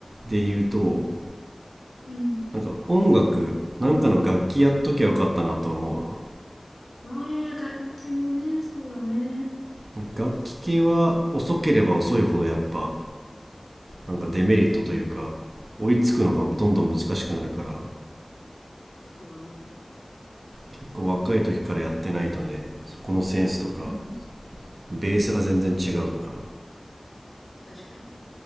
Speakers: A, on the right (about 65°); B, on the left (about 85°).
A: で言うと、
B: うん。
A: なんか音楽、なんかの楽器やっときゃよかったなとは思
B: ああ、楽器もね、そうだね。
A: うな。楽器系は遅ければ遅いほどやっぱなんかデメリットというか追いつくのがどんどん難しくなるから
B: うん。うん。そうだね。
A: 結構若い時からやってないとねそこのセンスとか
B: うん。
A: ベースが全然違うからい
B: 確かに。確かに。